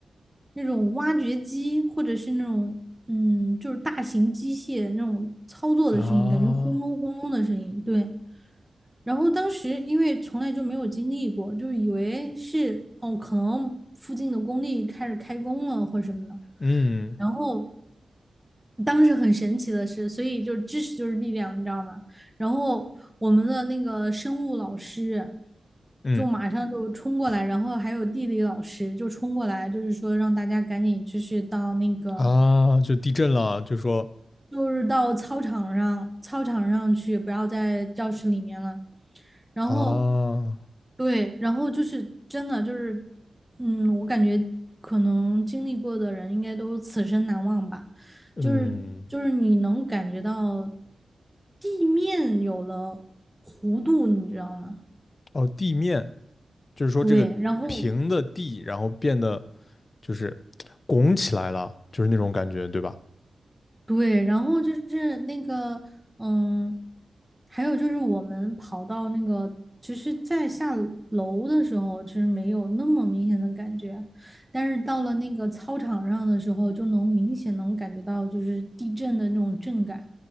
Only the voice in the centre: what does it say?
那种挖掘机或者是那种嗯，就是大型机械那种操作的声音，
感觉轰隆轰隆的声音。对，然后当时因为从来就没有经历过，就以为是哦，可能附近的工地开始开工了或什么的。
然后当时很神奇的是，所以就是知识就是力量，你知道吗？然后我们的那个生物老师
就马上就冲过来，然后还有地理老师就冲过来，就是说让大家赶紧就是到那个
就是到操场上，操场上去，不要在教室里面了。然后，
对，然后就是真的就是，嗯，我感觉可能经历过的人应该都此生难忘吧。
就是就是你能感觉到地面有了弧度，你知道吗？
对，然后
对，然后就是那个，嗯，还有就是我们跑到那个，其实，在下楼的时候，其实没有那么明显的感觉，但是到了那个操场上的时候，就能明显能感觉到就是地震的那种震感，